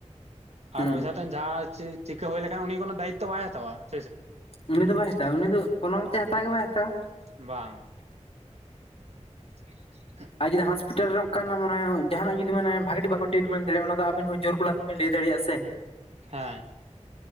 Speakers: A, on the left (about 50°); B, on the right (about 60°).
A: ᱦᱩᱸ
B: ᱟᱨ ᱚᱡᱷᱟ ᱴᱷᱮᱱ ᱡᱟᱦᱟᱸ ᱪᱤ-ᱪᱤᱠᱟᱹ ᱦᱩᱭ ᱞᱮᱠᱷᱟᱱ ᱩᱱᱤ ᱠᱚᱱᱳ ᱫᱟᱭᱤᱛᱛᱚ ᱵᱟᱭ ᱦᱟᱛᱟᱣᱟ <unintelligible>
A: ᱩᱱᱤ ᱫᱚ ᱵᱟᱭ ᱦᱟᱛᱟᱣᱟ ᱩᱱᱤ ᱫᱚ ᱠᱳᱱᱳ ᱢᱚᱛᱮ ᱦᱟᱛᱟᱣ ᱜᱮ ᱵᱟᱭ ᱦᱟᱛᱟᱣᱟ᱾
B: ᱵᱟᱝ᱾ <inaudible>
A: <unintelligible> ᱯᱤᱴᱟᱞ ᱨᱮ ᱚᱝᱠᱟᱱᱟᱜ ᱢᱟᱱᱮ ᱡᱟᱦᱟᱱᱟᱜ ᱡᱩᱫᱤ ᱢᱟᱱᱮ ᱵᱷᱟᱜᱮ ᱴᱷᱤᱠ ᱵᱟᱠᱚ ᱴᱤᱴᱢᱮᱱ ᱫᱟᱲᱮᱜᱼᱟ ᱚᱱᱟᱫᱚ ᱟᱵᱤᱱ ᱦᱚᱸ ᱡᱳᱨ ᱜᱚᱞᱟ ᱛᱮᱵᱤᱱ ᱞᱟᱹᱭ ᱫᱟᱲᱮᱭᱟᱜᱼᱟ ᱥᱮ᱾
B: ᱦᱮᱸ